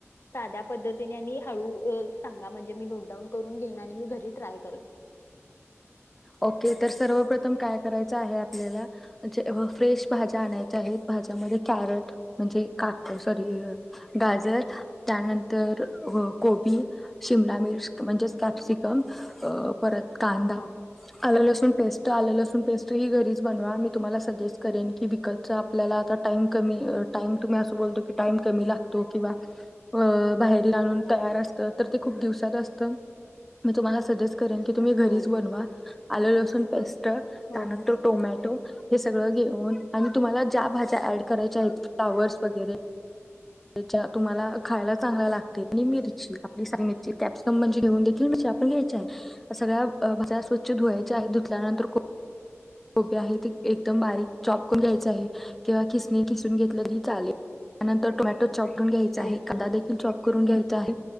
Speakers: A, on the left; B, in the centre.
A: साध्या पद्धतीने आणि हळू सांगा म्हणजे मी नोटडाऊन करून घेइन आणि मी घरी ट्राय करेन
B: ओके तर सर्व प्रथम उतम काय करायचं आहे आपल्याला जे फ्रेश भाज्या आणायच्या आहेत भाज्यामध्ये कॅरेट म्हणजे काक सॉरी गाजर त्यानंतर तर कोबी शिमला मिर्च म्हणजेच कॅप्सिकम अ परत कांदा
A: हा
B: आल लसूनण पेस्ट आल लसूण पेस्ट घरीच बनवा मी तुम्हाला सजेस्ट करेन की विकत आपल्याला टाइम कमी अस बोलतो की टाइम कमी लागतो किंवा अ बाहेर ला आणून तयार असत तर ते खूप दिवसात असतं मी तुम्हाला सजेस्ट करेन की तुम्ही
A: हो
B: घरीच बनवा आल लसूण पेस्ट त्यानंतर
A: हो
B: टोमॅटो हे सगळं घेऊन आणि तुम्हाला ज्या भाज्या ऍड करायच्या आहेत फ्लाॉवर्स वगैरे ज्या तुम्हाला खायला चांगल्या लागतील आणि मिरची आपली स मिरची कॅप्सिकम म्हणजे घेऊन देखील मिर आपण घ्यायची आहे सगळ्याज्या स्वछ धुवायचे आहे धुल्यानंतर
A: ओके
B: कोबी आहे ते एकदम बारीक चॉप करून घ्यायचे आहे किंवा खिसणी खिसून घेतलेली चाले त्यानंतर टोमॅटो चॉप करून घ्यायचा
A: ओके
B: आहे कांदा देखील चॉप करून घ्याय झाले